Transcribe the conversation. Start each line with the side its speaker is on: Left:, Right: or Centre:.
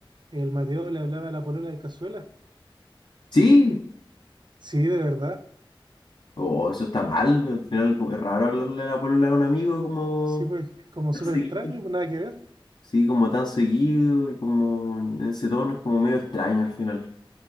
Right: el Mateo le hablaba a la polola del Cazuela.
Left: Sí,
Right: Sí, de verdad.
Left: Oh, eso está mal. Al final como es raro hablarle a la polola a un amigo como
Right: Sí, pues es como
Left: tan
Right: súper
Left: seguido.
Right: extraño, pues nada que ver.
Left: Sí, como tan seguido y como en ese tono es como medio extraño al final.